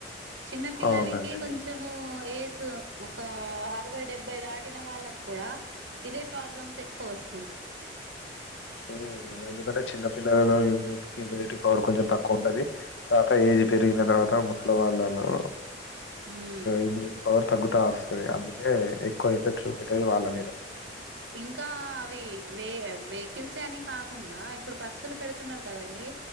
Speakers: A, on the right (about 75°); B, on the left (about 80°).
A: చిన్న పిల్లలకి
B: అవునండి
A: కొంచము ఏజ్ ఒక అరవై డెబ్బై దాటిన వాళ్ళకి కూడా ఇదే ప్రాబ్లమ్స్ ఎక్కు ఫస్
B: గలు ఎందుకంటే చిన్న పిల్లలలో ఇ ఇమ్యూనిటీ పవర్ కొంచెం తక్కువ ఉంటది తర్వాత ఏజ్ పెరిగిన తర్వాత ముసలి వాళ్ళలో
A: ఉమ్
B: ఇమ్యూనిటీ పవర్ తగు వస్తుంది అందుకే ఎక్కువ ఎఫెక్ట్ చూపట్టది వాళ్ళ మీద
A: ఇంకా అవి వ వెహికల్స్ అని కాకుండా ఇప్పుడు పత్తులు పెడుతున్నారు కదండీ